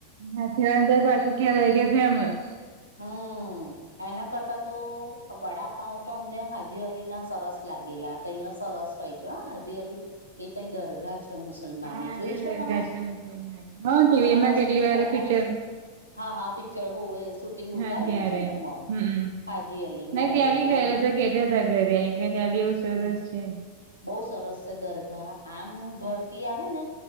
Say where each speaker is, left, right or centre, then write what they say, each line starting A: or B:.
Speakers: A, on the right; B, on the right.
A: હાથેવાયાનું થ પાસુ કેવાય ગીયુ, ફેમસ.
B: હમ્મ, એના કરતા તો અ બડા પાઉં ત અમને હાજી અલી ના સરસ લાગેલા. ત્યારે સરસ હોય છે, અં હાજી અલી. એ તઈ દરગાહ છે મુસલમાનની,
A: હા
B: જોઈ
A: ત્યાં
B: છે
A: દરગાહ
B: તમે?
A: મુસલમાન હા ટીવીમાં
B: તમે હસબન્ડ
A: કેટલી વાર
B: કયા?
A: પિક્ચર
B: હાસે. હા હા, પિક્ચર હોવે શૂટિંગ ઉતારેલું
A: હા ત્યારે
B: છે ને, અમાં
A: હમ
B: હાજી અલીમાં
A: નહી ત્યાં
B: હોવે.
A: આવી ગયેલા
B: અમે
A: ત કેતા હતા ઘરે કે, ત્યા બી એવું સરસ છે.
B: બો સરસ છે દરગાહ, આમ ભરતી આવે ને